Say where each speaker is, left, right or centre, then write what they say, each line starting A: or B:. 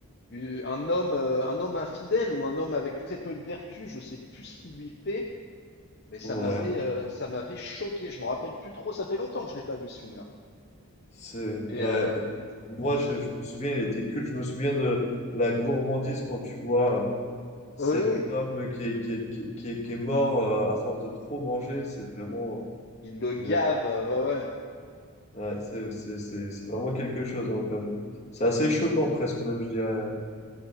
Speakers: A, on the left; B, on the left.
A: eu- un homme, euh, un homme infidèle ou un homme avec très peu de vertu, je sais plus ce qu'il lui fait, mais ça
B: Ouais,
A: m'avait, euh, ça m'avait choqué. Je me rappelle plus trop. Ça fait longtemps que je l'ai pas vu ce film-là.
B: c'est
A: Mais
B: ouais.
A: euh,
B: Moi
A: je
B: je,
A: sais.
B: je me souviens, il était culte. Je me souviens de la gourmandise quand tu vois euh, cet
A: Oui, oui,
B: homme qui est qui est, qui est, qui est- qui est mort euh, à force de trop manger. C'est vraiment
A: il le gave.
B: vraiment
A: euh, ouais, ouais.
B: ouais, c'est c'est c'est c'est vraiment quelque chose hein, comme. C'est assez choquant presque même je dirais.